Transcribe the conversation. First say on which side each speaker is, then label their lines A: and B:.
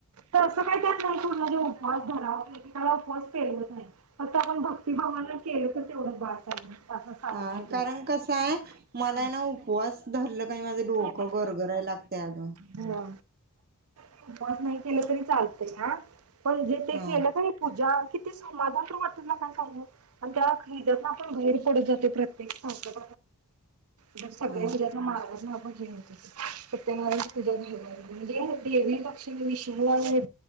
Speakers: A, on the right; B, on the right.
A: तर असं काय कर नाही तुमला देेऊ पास झाला <unintelligible> फेल होत नाही. आता आपण भक्तीप्रमाणे केलं. तेवढं बास असं साधं
B: अ
A: केलं
B: कारण
A: तर.
B: कसं आहे मला
A: हा. नाही
B: ना उपवास धरलं काही माझं डोकं
A: नाही
B: गरगराय लागतय अगं.
A: हा <unintelligible> केलं तरी चालतय आ पण जे ते
B: हा
A: केलं कनी पूजा. किती समाधान तरवटत <unintelligible> लकां सांगून आणि त्या हैदतना आपण बाहेर पडत जातो प्रत्येकांग जर सगळे
B: हा
A: <unintelligible> उज्या मारगज सत्यनारायण पूजा धरल म्हणजे देवी लक्ष्मी.